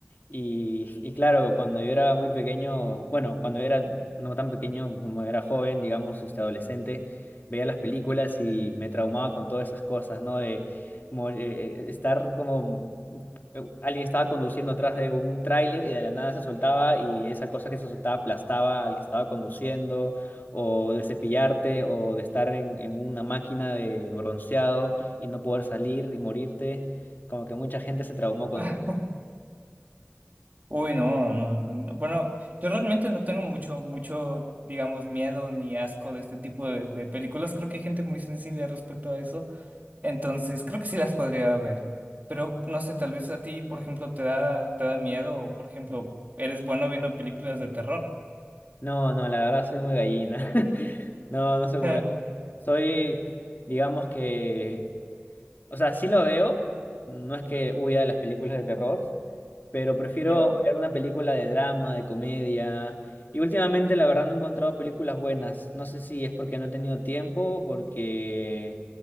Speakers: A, on the left (about 50°); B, on the right (about 40°).
A: Y, y claro, cuando yo era muy pequeño, bueno, cuando era no tan pequeño como era joven, digamos, este adolescente, veía las películas y me traumaba con todas esas cosas, ¿no? De mo- eh, eh, estar como eh, alguien estaba conduciendo atrás de un tráiler y de la nada se soltaba y esa cosa que se soltaba aplastaba al que estaba conduciendo, o de cepillarte, o de estar en, en una máquina de bronceado y no poder salir y morirte. Como que mucha gente se traumó con
B: <laughs> Uy, no, no, no, bueno, yo realmente no tengo mucho, mucho, digamos, miedo ni asco de este tipo de, de películas. Creo que hay gente muy sensible respecto a eso. Entonces, creo que sí las podría ver. Pero no sé, tal vez a ti, por ejemplo, te da, te da miedo o, por ejemplo, eres bueno viendo películas de terror.
A: No, no, la verdad soy muy gallina. <laughs> No, no soy muy...
B: <laughs>
A: Soy, digamos que... O sea, sí lo veo. No es que huya de las películas de terror, pero prefiero
B: ¿Ya?
A: ver una película de drama, de comedia. Y últimamente, la verdad, no he encontrado películas buenas. No sé si es porque no he tenido tiempo, porque...